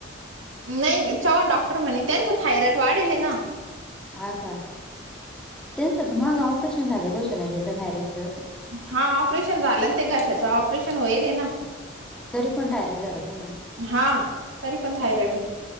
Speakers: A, on the right (about 75°); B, in the centre.
A: नाही चव्हाण डॉक्टर म्हणे, त्यांचं थायरॉइड वाढेल येना.
B: हा का, त्यांच त मागं ऑपरेशन झालेलं होतं न ग एकदा थायरॉईडचं?
A: हा ऑपरेशन झालंन ते घशाचं ऑपरेशन होईल हे ना.
B: तरी पण थायरॉईड झालं पुन्हा?
A: हा. तरी पण थायरॉइड आहे